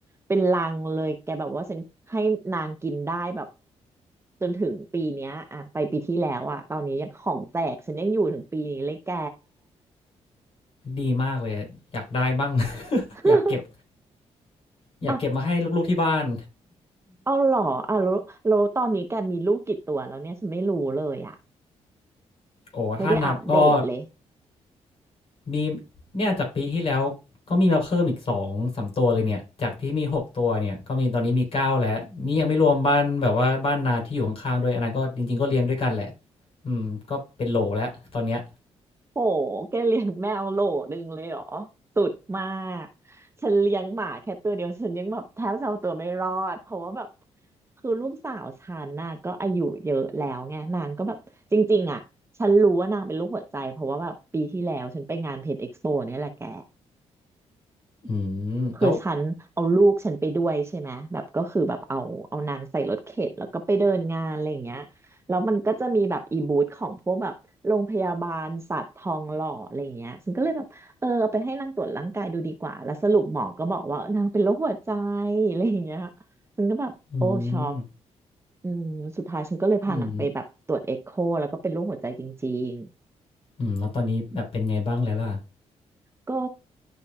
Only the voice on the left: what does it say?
ดีมากเลยอยากได้บ้าง <laughs>
อยากเก็บอยากเก็บมาให้ลูกๆที่บ้าน
โอ้ถ้านับก็
มีเนี่ยจากปีที่แล้วก็มีมาเพิ่มอีกสองสามตัวเลยเนี่ยจากที่มีหกตัวเนี่ยก็มีตอนนี้มีเก้าแล้วนี่ยังไม่รวมบ้านแบบว่าบ้านนาที่อยู่ข้างๆด้วยอันนั้นก็จริงๆก็เลี้ยงด้วยกันแหละอืมก็เป็นโหลแล้วตอนเนี้ย
อืมแล้ว
อืม
อืมอืมแล้วตอนนี้แบบเป็นไงบ้างแล้วล่ะ